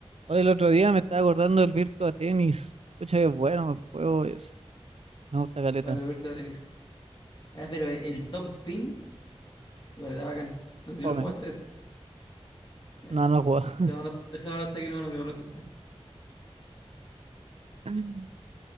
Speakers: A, on the right; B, on the left.
A: Hoy el otro día me estaba acordando del Virtua Tennis. Pucha, que bueno el juego ese. Me gusta caleta.
B: Bueno, Alberto Tenis. Ah, pero el top spin, igual era bacán. No sé si
A: Joder,
B: lo jugaste ese. Ya.
A: no, no he jugado.
B: Dejémoslo, dejémoslo hasta aquí, no, no quiero hablar con usted.
A: <laughs>